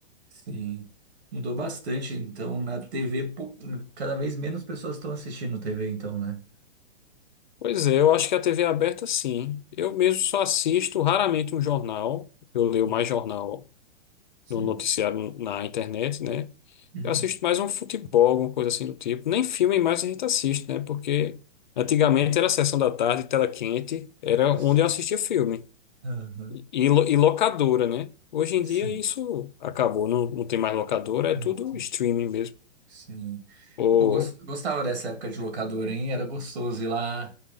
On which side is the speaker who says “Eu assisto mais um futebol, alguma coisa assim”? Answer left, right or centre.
Left